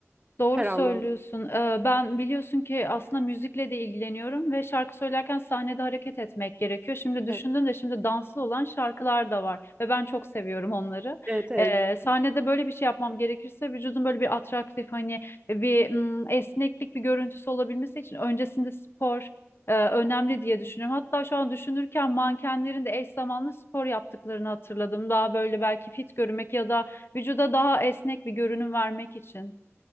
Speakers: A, on the left; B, on the right.
A: Doğru
B: Her
A: söylüyorsun.
B: anlamda.
A: Ee, Ben biliyorsun ki aslında müzikle de ilgileniyorum ve şarkı söylerken sahnede hareket etmek gerekiyor. Şimdi düşündüm
B: Evet.
A: de şimdi danslı olan şarkılar da var ve ben çok seviyorum onları.
B: Evet evet.
A: Ee, sahnede böyle bir şey yapmam gerekirse vücudun böyle bir atraktif hani bir mm, esneklik bir görüntüsü olabilmesi için öncesinde spor e, önemli diye düşünüyorum. Hatta şu an düşünürken mankenlerin de eş zamanlı spor yaptıklarını hatırladım. Daha böyle belki fit görünmek ya da vücuda daha esnek bir görünüm vermek için.